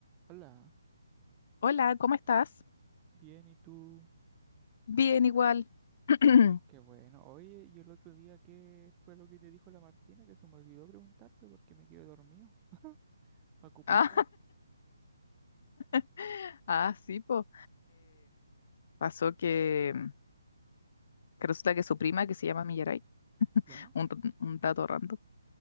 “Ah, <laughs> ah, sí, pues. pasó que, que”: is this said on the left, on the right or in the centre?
Left